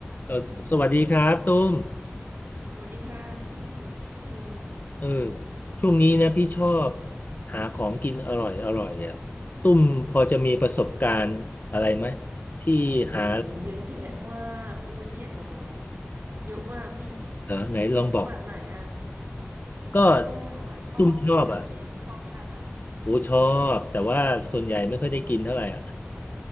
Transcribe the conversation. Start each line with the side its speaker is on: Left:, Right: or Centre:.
Left: เออสวัสดีครับตุ้ม
Right: สวัสดีค่ะพี่พี่พงษ์
Left: เออช่วงนี้นะพี่ชอบหาของกินอร่อยอร่อยอ่ะตุ้มพอจะมีประสบการณ์อะไรไหมที่หา
Right: โอ้ยเยอะแยะมากอุ้ยไม่อยากจะเมาส์เยอะมากพี่
Left: เออไหนลองบอก
Right: เอาแบบไหนอะ
Left: ก็
Right: ตุ้มอะชอบกินอาหารทะเลพี่ชอบไหมล่ะคะ
Left: ตุ้มชอบอ่ะโอ้ชอบแต่ว่าส่วนใหญ่ไม่ค่อยได้กินเท่าไหร่อ่ะ